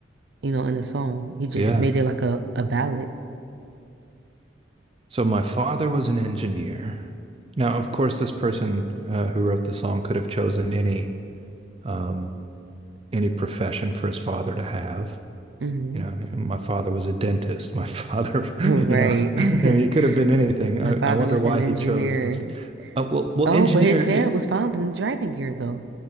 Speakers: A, on the right; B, on the right.
A: you know, in the song. He just
B: yeah.
A: made it like a, a ballad.
B: So my father was an engineer. Now, of course, this person uh, who wrote the song could have chosen any um, any profession for his father to have.
A: hmm
B: You know, my father was a dentist. <laughs> My father,
A: <laughs> Right.
B: you know, I
A: <laughs>
B: mean, he could have been anything.
A: My
B: I,
A: father
B: I wonder
A: was
B: why
A: an engineer.
B: he chose. Uh, well, well,
A: Oh,
B: engineer.
A: but his head
B: eh,
A: was found in the driving gear though.